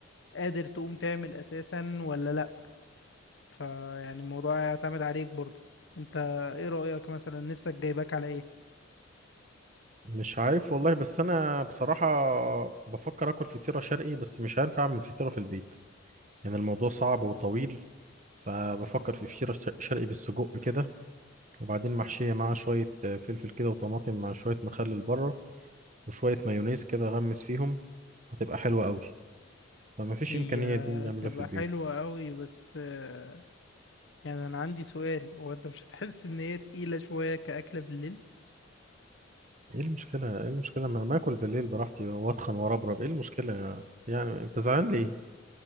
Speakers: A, on the left; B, on the right.
A: قادر تقوم تعمل أساسا ولا لأ فيعني الموضوع يعتمد عليك برضو انت ايه رأيك مثلا نفسك جايباك على ايه
B: مش عارف والله بس انا بصراحه بفكر اكل فطيره شرقي بس مش هينفع اعمل فطيره في البيت يعني الموضوع صعب وطويل فبفكر في فطيره ش- شرقي بالسجق كده وبعدين محشيه معاها شويه آه، فلفل كده وطماطم مع شويه مخلل بره وشويه مايونيز كده غمس فيهم هتبقى حلوه قوي فما فيش
A: هي
B: امكانيه دي نعملها
A: تبقى
B: في البيت
A: حلوة قوي بس آه، يعني انا عندي سؤال هو انت مش هتحس ان هي تقيلة شوية كأكلة بالليل
B: ايه المشكلة ايه المشكلة ما ما اكل بالليل براحتي واتخن واربرب ايه المشكلة يا- يعني انت زعلان ليه